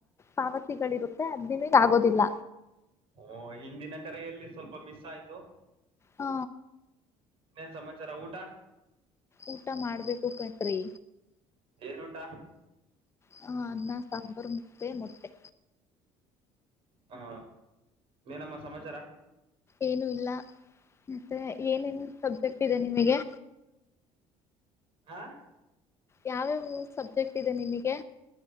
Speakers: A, on the left (about 25°); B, on the right (about 50°).
A: ಪಾವತಿ ತಿಗಳು ಇರುತ್ತೆ ಅದು ನಿಮಗೆ ಆಗೋದಿಲ್ಲ
B: ಓ ಹಿಂದಿನ ಕರೆಯಲ್ಲಿ ಸ್ವಲ್ಪ ಮಿಸ್ ಆಯ್ತು
A: ಹ
B: ಇನ್ನೇನ್ ಸಮಾಚಾರ ಊಟ
A: ಊಟ ಮಾಡ್ಬೇಕು ಕಂಡ್ರಿ
B: ಏನೂಟ
A: ಹ ಅನ್ನ ಸಾಂಬಾರು ಮುದ್ದೆ ಮೊಟ್ಟೆ
B: ಹಾ ಏನಮ್ಮ ಸಮಾಚಾರ
A: ಏನು ಇಲ್ಲ ಮತ್ತೆ ಏನೇನ್ ಸಬ್ಜೆಕ್ಟ್ ಇದೆ ನಿಮಿಗೆ
B: ಹಾ
A: ಯಾವ್ಯಾವು ಸಬ್ಜೆಕ್ಟ್ ಇದೆ ನಿಮಗೆ